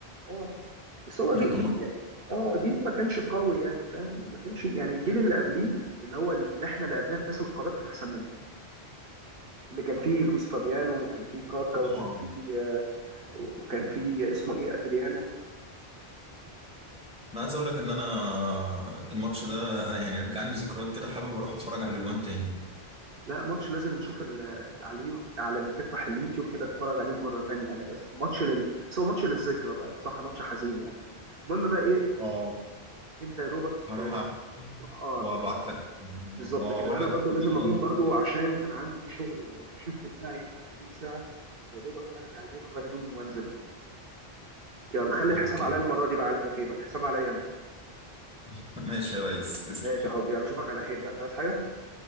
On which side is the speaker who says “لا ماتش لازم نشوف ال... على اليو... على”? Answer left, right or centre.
Right